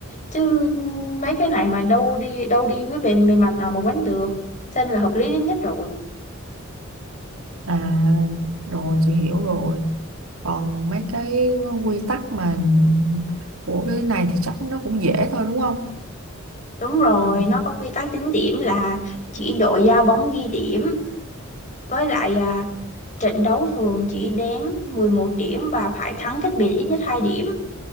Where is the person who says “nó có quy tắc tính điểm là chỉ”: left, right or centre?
Left